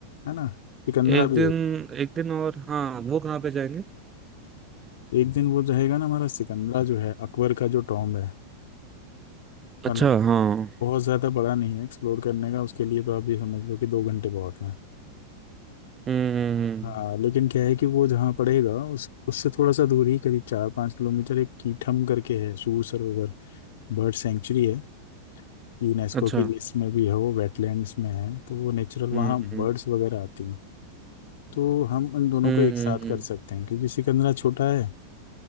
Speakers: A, on the left (about 55°); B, on the right (about 20°).
A: है ना सिकंदरा
B: एक
A: भी
B: दिन
A: हो
B: एक दिन और हाँ वो कहाँ पे जाएंगे
A: एक दिन वो रहेगा ना हमारा सिकंदरा जो है अकबर का जो टॉम्ब है हालांकि
B: अच्छा हाँ हम्म
A: बहुत ज़्यादा बड़ा नहीं है एक्सप्लोर करने का उसके लिए तो आप ये समझ लो कि दो घंटे बहुत हैं
B: हम्म, हम्म,
A: हाँ लेकिन क्या है कि वो जहाँ पड़ेगा उस उससे थोड़ा सा दूर ही करीब चार पाँच किलोमीटर एक कीठम करके है सूर सरोवर बर्ड सेंचुरी है यूनेस्को
B: अच्छा
A: की लिस्ट में भी है वो वेटलैंड्स में है तो वो नेचुरल वहाँ
B: हम्म हम्म
A: बर्ड्स वगैरह आती हैं तो हम उन दोनों
B: हम्म
A: को एक
B: हम्म
A: साथ कर सकते हैं क्योंकि सिकंदरा छोटा है